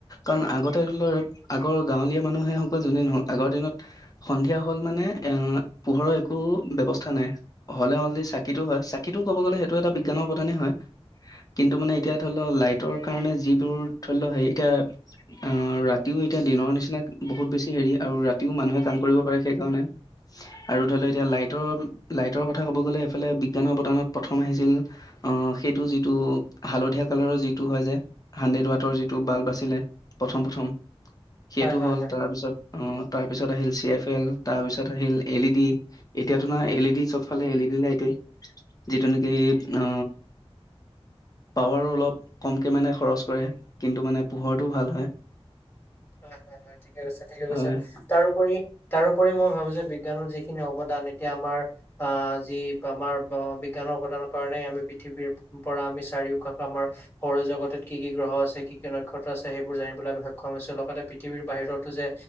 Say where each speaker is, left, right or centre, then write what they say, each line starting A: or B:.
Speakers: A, on the left; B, on the left.
A: কাৰণ আগতে আগৰ গাঁৱলীয়া মানুহে যোনেই নহ'ক আগৰ দিনত সন্ধিয়া হ'ল মানে এ পোহৰৰ একো ব্যৱস্থা নাই। হ'লে অনলি চাকিটো হয় চাকিটো ক'ব গ'লে সেইটো এটা বিজ্ঞানৰ অবদানেই হয়। কিন্তু মানে এতিয়া ধৰি লওঁ লাইটৰ কাৰণে যিবোৰ ধৰি লওঁ হে এতিয়া আহ ৰাতিও এতিয়া দিনৰ নিচিনা বহুত বেছি হেৰি আৰু ৰাতিও মানুহে কাম কৰিব পাৰে সেইকাৰণে। আৰু ধৰি ল' এতিয়া লাইটৰ লাইট কথা ক'ব গ'লে এইফালে বিজ্ঞানৰ অৱদানত প্ৰথম আহিছিল আহ সেইটো যিটো হালধীয়া কালাৰৰ যিটো হয় যে হানড্ৰেড ৱাটৰ যিটো বাল্ব আছিলে প্ৰথম প্ৰথম। সেইটো
B: হয় হয়
A: হ'ল
B: হয়
A: তাৰপিছত অ' তাৰ পিছত আহিল চি এফ এল তাৰ পিছত আহিল এল ই ডি এতিয়া তোম এল ই ডি চব ইফালে এল ই ডি লাইটেই, যিটো নেকি আ পাৱাৰো অলপ কমকে মানে খৰচ কৰে কিন্তু মানে পোহৰটো ভাল হয়।
B: হয় হয় হয় ঠিকে কৈছে ঠিকে কৈছে
A: হয়
B: তাৰউপৰি তাৰোপৰি মই ভাবো যে বিজ্ঞানৰ যিখিনি অৱদান এতিয়া আমাৰ আহ যি আমাৰ বিজ্ঞানৰ প্ৰদানৰ কাৰনেে আমি পৃথিৱীৰ পৰা আমি চাৰিওকাাষ আমাৰ সৌৰ জগতত কি কি গ্ৰহ আছে কি কি নক্ষত্ৰ আছে সেইবোৰ জানিবলৈ সক্ষম হৈছো লগ পৃথিৱীৰ বাহিৰতো যে